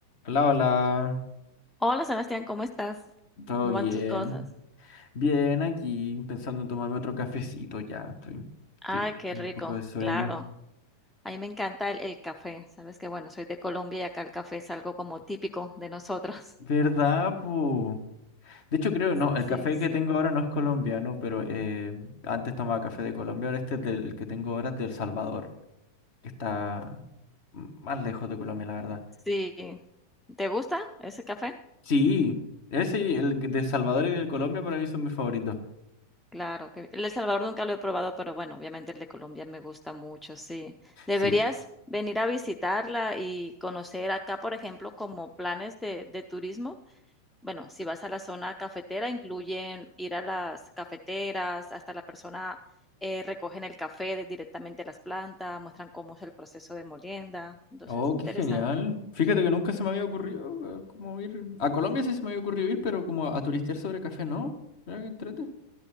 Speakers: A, on the left (about 50°); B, in the centre.
A: Hola, hola.
B: Hola Sebastián, ¿cómo estás?
A: ¿Todo
B: ¿Cómo
A: bien?
B: van tus cosas?
A: Bien, aquí pensando en tomarme otro cafecito ya. Estoy,
B: Ay,
A: estoy
B: qué
A: con
B: rico,
A: un poco de sueño.
B: claro. A mí me encanta el, el café. Sabes que, bueno, soy de Colombia y acá el café es algo como típico de nosotros.
A: ¿Verdad,
B: <laughs>
A: po? De hecho, creo, no, el
B: Sí,
A: café
B: sí.
A: que tengo ahora no es colombiano, pero eh, antes tomaba café de Colombia, ahora este es del que tengo ahora es de El Salvador, que está más lejos de Colombia, la verdad.
B: Sí. ¿Te gusta ese café?
A: Sí, ese, y el que- de Salvador y del Colombia para mí son mis favoritos.
B: Claro, que el de El Salvador nunca lo he probado, pero bueno, obviamente el de Colombia me gusta mucho, sí. Deberías
A: Sí,
B: venir a visitarla y conocer acá, por ejemplo, como planes de, de turismo. Bueno, si vas a la zona cafetera, incluyen ir a las cafeteras, hasta la persona eh, recogen el café de- directamente de las plantas, muestran cómo es el proceso de molienda. Entonces,
A: Oh,
B: interesante.
A: qué genial. Fíjate que nunca se me había ocurrido eh, como ir. A Colombia sí se me había ocurrido ir, pero como a turistear sobre café, ¿no? Mira que entrete.